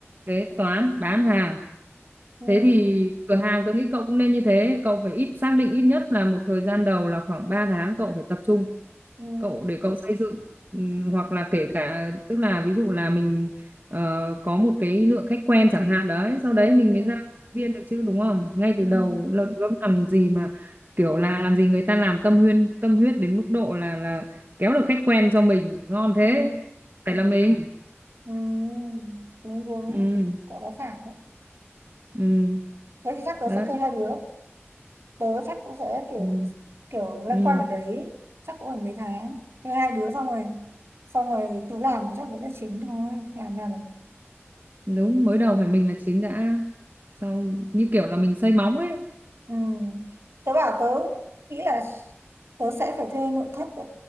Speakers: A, on the right (about 45°); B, on the right (about 65°).
A: kế toán bán hàng
B: ừ
A: Thế thì cửa hàng tôi nghĩ cậu cũng nên như thế, cậu phải ít xác định ít nhất là một thời gian đầu là khoảng 3 tháng cậu phải tập trung,
B: ừ
A: cậu để cậu xây dựng Ừm, hoặc là kể cả tức là ví dụ là mình ờ, có một cái lượng khách quen chẳng hạn đấy, sau
B: ừ
A: đấy mình
B: ừ
A: mới ra viên được chứ đúng không? Ngay từ
B: ừ
A: đầu là gớm làm gì mà kiểu là làm gì người ta làm tâm huyên tâm huyết đến mức độ là là kéo được khách quen cho mình, ngon thế.
B: ừ
A: Phải là mình.
B: ừ ừ, đúng đúng
A: Ừ,
B: cậu nói phải đấy.
A: ừ.
B: thế thì chắc tớ
A: Đấy.
B: sẽ thuê hai đứa tớ chắc cũng sẽ kiểu
A: Ừ.
B: kiểu loanh
A: Ừ.
B: quanh ở đấy chắc cũng phải mấy tháng thuê hai đứa xong rồi xong rồi tớ làm chắc vẫn là chính thôi làm nào
A: đúng mới đầu phải mình là chính đã sau như kiểu là mình xây móng ấy
B: Ừ. Tớ bảo tớ nghĩ là tớ sẽ phải thuê nội thất đấy.